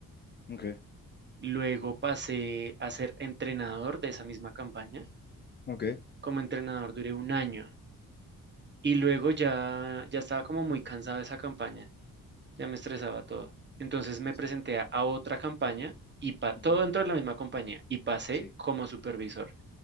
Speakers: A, on the left; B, on the right.
A: ok,
B: Luego pasé a ser entrenador de esa misma campaña.
A: ok.
B: Como entrenador duré un año y luego ya, ya estaba como muy cansado de esa campaña, ya me estresaba todo. Entonces me
A: Sí.
B: presenté a, a otra campaña y pa-
A: Ujú.
B: todo dentro de la misma compañía y pasé
A: Sí,
B: como supervisor.